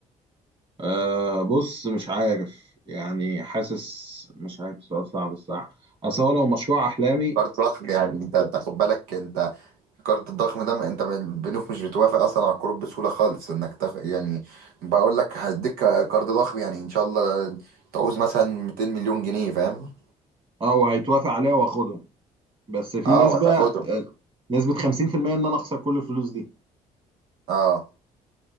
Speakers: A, on the right; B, on the right.
A: آه بص مش عارف يعني حاسس مش عارف سؤال صعب الصراحه اصل هو لو مشروع احلامي
B: قرض ضخم يعني انت تاخد بالك انت القرض الضخم ده ما- انت ما- البنوك مش بتوافق اصلا على القروض بسهوله خالص انك تاخ... يعني بقول لك هديك قرض ضخم يعني ان شاء الله تعوز مثلا 200 مليون جنيه فاهم
A: اه وهيتوافق عليها واخدهم بس في
B: اه
A: نسبه
B: وهتاخدهم
A: آه، نسبه 50% ان انا اخسر كل الفلوس دي
B: اه